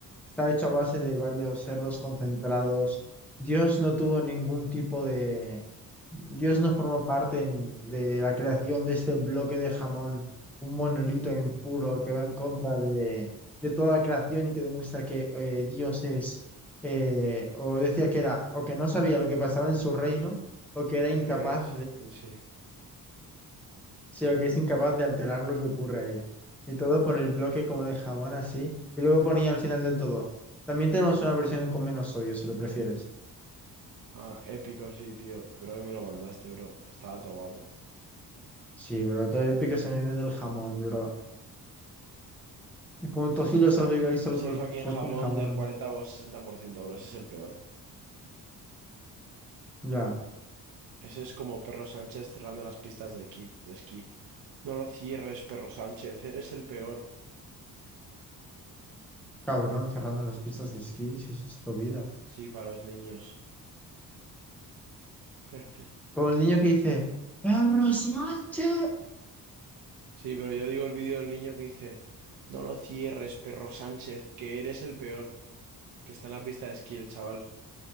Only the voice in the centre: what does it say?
Está hecho a base de varios cerdos concentrados. Dios no tuvo ningún tipo de... Dios no formó parte en- de la creación de este bloque de jamón, un monolito impuro que va en contra de, de toda la creación y que demuestra que eh, Dios es, eh, o decía que era, o que no sabía lo que pasaba en su reino, o que era
incapaz
sí, o que es incapaz de alterar lo que ocurre ahí. Y todo por el bloque como de jamón así. Y luego ponía al final del todo. También tenemos una versión con menos sodio, si lo prefieres.
Sí, bro, todo épico ese meme del jamón, bro. Es como
todo filosófico ahí solo
por
el
fucking
jamón.
Ya,
cabrón, cerrando las pistas de esquí, si eso es tu vida.
Como el niño que dice, ¡Abrosioche!